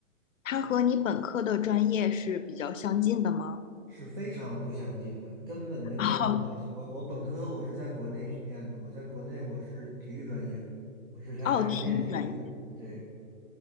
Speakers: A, on the left; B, on the right.
A: 它和你本科的专业是比较相近的吗？
B: 是非常不相近的，根本没有任何关系。
A: 哦，
B: 我我本科我是在国内念的，我在国内我是体育专业，我是原来是练体育的，
A: 哦，体育专业。
B: 对，